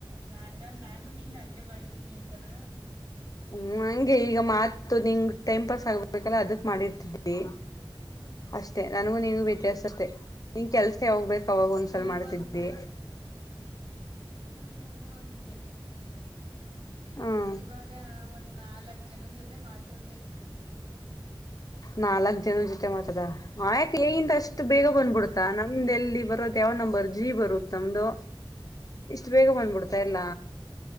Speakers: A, on the right; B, on the left.
A: ನಂಗ ನಾನು ನಿಂಗ ಹಂಗೆ ಮಾಡಿದೀನಿ ಅಂತಾನ
B: ಹ್ಮ ನಂಗೆ ಈಗ ಮಾತು ನಿಂಗ ಟೈಮ್ ಪಾಸ್ ಆಗ್ಬೇಕಲ್ಲ ಅದಕ್ ಮಾಡಿರ್ತಿದ್ಟಿ ಅಷ್ಟೆ ನನಗೂ
A: ಹ್ಮ್
B: ನೀನ್ಗೂ ವ್ಯತ್ಯಾಸ ಅೆ ನಿನ್ ಕೆಲಸ ಯಾವ್ ಬೇಕ ಅವಾಗ ಒಂದ್ಸಲ
A: ಈಗ
B: ಮಾಡ್ತಿದಿ
A: ಒಂದ್ ಹ್ಮ್ ಹ ಹಗೆ
B: ಹ್ಮ್
A: ಇವಾಗ ಒಂದ್ ನಾಲ್ಕ್ ಜನ ಜೊತೆ ಮಾತಾಡ್ದ
B: ನಾಲ್ಕ್ ಜನ ಜೊತೆ ಮಾತ್ರದ ಆಯಾಕೆ ಹೇಗಿಂದ ಅಷ್ಟು ಬೇಗ
A: ಹ್ಮ್
B: ಬಂದ್ಬಿಡ್ತಾ ನಮ್ದೆ ಎಲ್ಲಿ ಬರೋದು ಯವ ನಂಬರ್ ಜಿ ಬರುತ್ತಮ್ದು ಇಷ್ಟ ಷ್ಟ ಬೇಗ ಬಂದ್ಬಿಡ್ತಾಲ್ಲ
A: ಓ